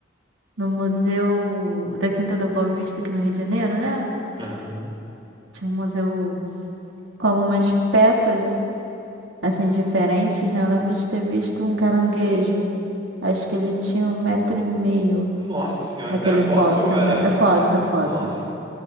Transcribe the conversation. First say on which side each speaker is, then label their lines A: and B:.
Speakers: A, on the right; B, on the right.
A: no Museu da Quinta da Boa Vista aqui no Rio de Janeiro, né?
B: Aham.
A: Tinha um museu com algumas peças, assim, diferentes, né? Eu lembro de ter visto um caranguejo. Acho que ele tinha um metro e meio.
B: Nossa senhora,
A: Aquele
B: era fóssil
A: fóssil,
B: ou era.
A: né? É fóssil,
B: É.
A: fóssil.
B: Nossa.